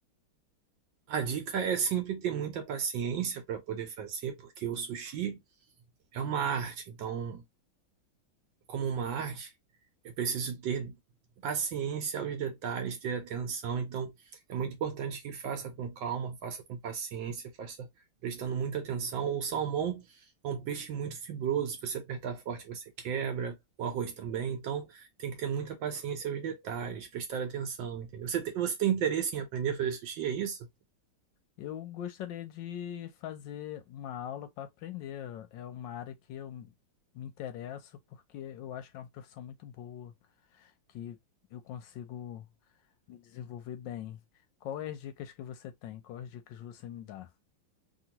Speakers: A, on the right (about 70°); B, on the left (about 75°).
A: A dica é sempre ter muita paciência para poder fazer, porque o sushi é uma arte, então Como uma arte, eu preciso ter paciência aos detalhes, ter atenção. Então, é muito importante que faça com calma, faça com paciência, faça prestando muita atenção. O salmão é um peixe muito fibroso. Se você apertar forte, você quebra. O arroz também. Então, tem que ter muita paciência aos detalhes, prestar atenção, entendeu? Você tem, você tem interesse em aprender a fazer sushi, é isso?
B: Eu gostaria de fazer uma aula para aprender. É uma área que eu me interesso porque eu acho que é uma profissão muito boa, que eu consigo. me desenvolver bem. Qual é as dicas que você tem? Quais as dicas você me dá?